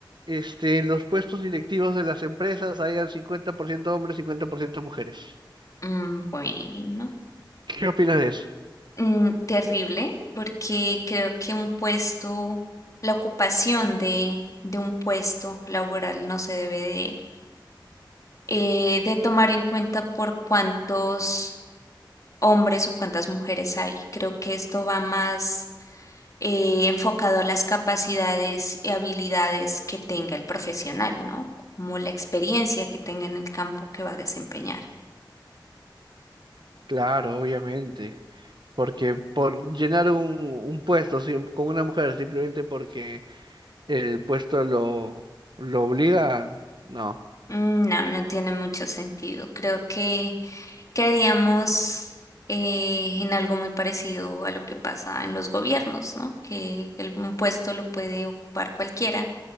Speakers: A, on the right; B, on the left.
A: este, en los puestos directivos de las empresas hayan 50% hombres, 50% mujeres.
B: Mm, bueno.
A: ¿Qué opinas de eso?
B: mm, terrible porque creo que un puesto, la ocupación de, de un puesto laboral no se debe de, eh, de tomar en cuenta por cuántos hombres o cuántas mujeres hay. Creo que esto va más eh, enfocado a las capacidades y habilidades que tenga el profesional, ¿no? Como la experiencia que tenga en el campo que va a desempeñar.
A: Claro, obviamente, porque por llenar un, un puesto sim- con una mujer simplemente porque el puesto lo, lo obliga. No,
B: Mm, No, no tiene mucho sentido. Creo que caeríamos eh, en algo muy parecido a lo que pasa en los gobiernos, ¿no? Que el, un puesto lo puede ocupar cualquiera